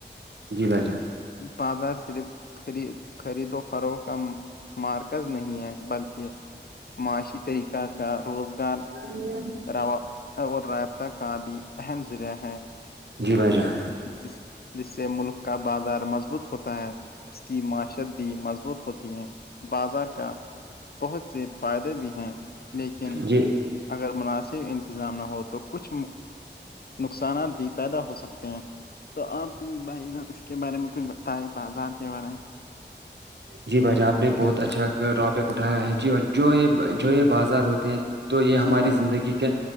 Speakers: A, on the right; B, on the left.
A: جی ب جا
B: بازار صرپ خریدو فروغ کا مارکز نہیں ہے بلکہ معاشی طریقہ کا روزگار
A: ہ <inaudible>
B: رو اور رابطہ کا بھی اہم ذریعہ ہے
A: جی بھائی جان
B: جس جس سے ملک کا بازار مضبوط ہوتا ہے اس کی معشت بھی مضبوط ہوتی ہے بازار کا بہت سے فائدے بھی ہیں لیکن
A: جی
B: اگر مناسب انتظام نہ ہو تو کچھ نقصانات بھی پیدا ہو سکتے تو آپ بھی بھائی جان اس کے بارے میں کچھ بتائے بازار کے بارے میں <inaudible>
A: جی بھائی جان آپ نے بہت اچھا روپے اٹھایا ہے جی بھ جو یہ جو یہ بازار ہوتے ہیں تو یہ ہماری
B: جی بھائی
A: زندگی
B: جان
A: کے